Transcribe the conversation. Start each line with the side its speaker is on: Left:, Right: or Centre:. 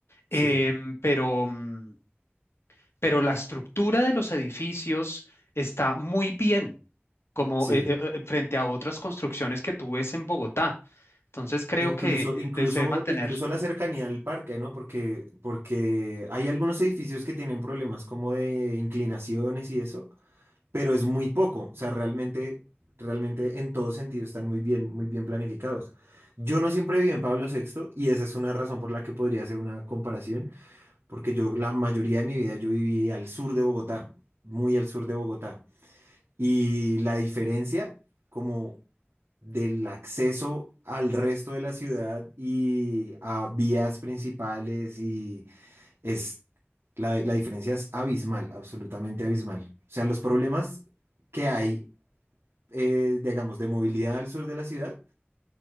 Right: sí,
Left: em, pero, mm, pero la estructura de los edificios está muy bien como
Right: sí.
Left: eh, eh, eh, frente a otras construcciones que tú ves en Bogotá. Entonces creo
Right: Incluso,
Left: que eh,
Right: incluso,
Left: de- se debe mantener,
Right: incluso la cercanía al parque, ¿no? Porque, porque hay algunos edificios que tienen problemas como de inclinaciones y eso, pero es muy poco. O sea, realmente, realmente en todo sentido están muy bien, muy bien planificados. Yo no siempre viví en Pablo Sexto y esa es una razón por la que podría hacer una comparación, porque yo la mayoría de mi vida yo viví al sur de Bogotá, muy al sur de Bogotá. Y la diferencia como del acceso al resto de la ciudad y a vías principales y es la, la diferencia es abismal, absolutamente abismal. O sea, los problemas que hay, eh, digamos, de movilidad al sur de la ciudad,